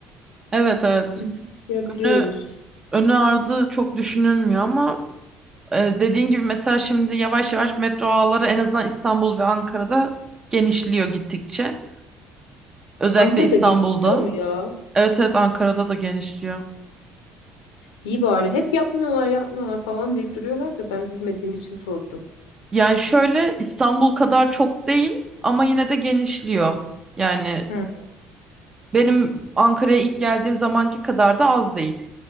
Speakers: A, on the right; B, on the left.
A: Evet
B: sıkıntı
A: evet.
B: yaşayabiliyoruz.
A: Önü, önü ardı çok düşünülmüyor ama Ee, dediğin gibi mesela şimdi yavaş yavaş metro ağları en azından İstanbul ve Ankara'da genişliyor gittikçe. Özellikle
B: Ankara'da
A: İstanbul'da.
B: gençliyor mu ya?
A: Evet evet Ankara'da da genişliyor.
B: İyi bari. Hep yapmıyorlar, yapmıyorlar falan deyip duruyorlar da ben bilmediğim için sordum.
A: Yani şöyle İstanbul kadar çok değil ama yine de genişliyor. Yani
B: Hı,
A: benim Ankara'ya ilk geldiğim zamanki kadar da az değil.